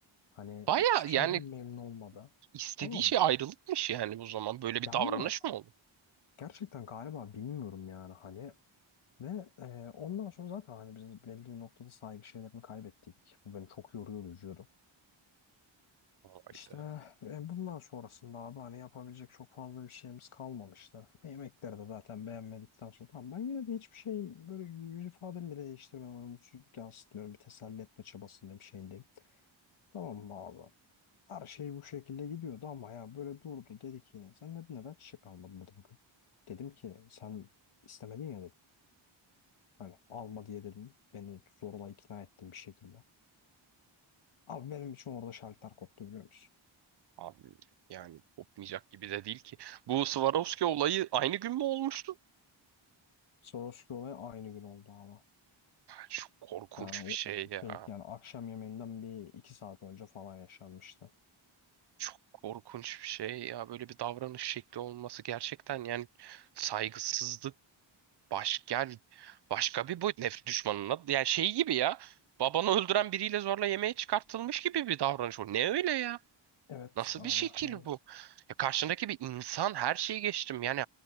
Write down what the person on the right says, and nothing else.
Baya
yani
istediği
şey
ayrılıkmış yani o zaman. Böyle bir
davranış mı oldu?
Vay
be.
Abi yani kopmayacak gibi de değil ki. Bu Swarovski olayı aynı gün mü olmuştu?
Çok korkunç
bir
şey ya.
Çok korkunç bir şey ya. Böyle bir davranış şekli olması gerçekten yani saygısızlık Baş, yani başka bir boyut nefret düşmanına yani şey gibi ya babanı öldüren biriyle zorla yemeğe çıkartılmış gibi bir davranış bu. Ne öyle ya?
Nasıl
bir şekil
bu? Ya karşındaki bir insan her şeyi geçtim yani